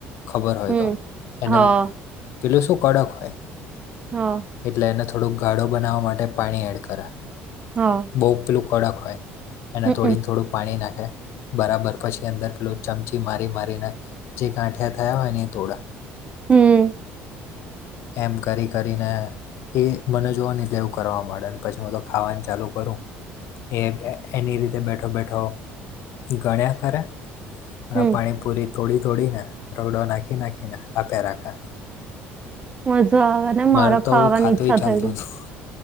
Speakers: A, on the left (about 65°); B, on the right (about 25°).
A: ખબર હોય
B: હમ
A: તો એને
B: હા
A: પેલું શું કડક હોય.
B: હમ્મ.
A: એટલે એને થોડોક ગાળો બનાવવા માટે પાણી એડ કરે.
B: હા.
A: બહુ પેલું કડક હોય એને
B: હમમ
A: થોડીને થોડું પાણી નાખે. બરાબર પછી અંદર પેલોું ચમચી મારી મારીને જે ગાંઠિયા થયા હોય ને એ તોડા.
B: હમ્મ.
A: એમ કરી કરીને. એ મને જોવા એટલે એવું કરવા માંડે ને પછી હું તો ખાવાનું ચાલુ કરું. એ એની રીતે બેઠો બેઠો. ગણ્યા કર મા
B: હમ
A: પાણી પૂરી. થોડી તોોડી ને રોડો નાખી નાખીને આપ્યા રાખા.
B: મજા આવે ને
A: મારે તો
B: ખાવાની
A: આવવું ખાતું
B: ઈચ્છા
A: હ ચાલતું
B: થઈ
A: હતું.